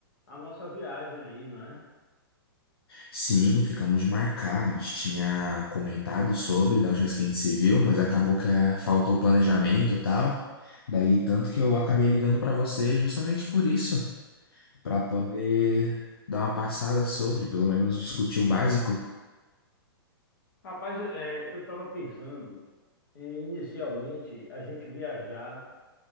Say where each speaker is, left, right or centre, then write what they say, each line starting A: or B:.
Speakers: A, on the left; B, on the left.
A: a nossa viagem aí, não é?
B: Sim, ficamos de marcar. A gente tinha comentado sobre da última vez que a gente se viu, mas acabou que é, faltou o planejamento e tal. Daí, tanto que eu acabei ligando pra você justamente por isso, pra poder dar uma passada sobre, pelo menos discutir o básico.
A: Rapaz, é, eu estava pensando em, inicialmente, a gente viajar